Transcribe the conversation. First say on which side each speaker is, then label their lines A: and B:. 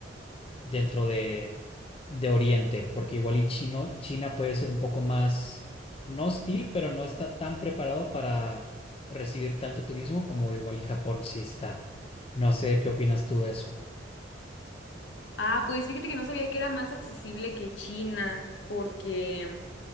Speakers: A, on the left; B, on the left.
A: dentro de, de Oriente, porque igual y Chino, China puede ser un poco más, no hostil, pero no está tan preparado para recibir tanto turismo como igual y Japón sí está. No sé qué opinas tú de eso.
B: Ah, pues fíjate que no sabía que era más accesible que China, porque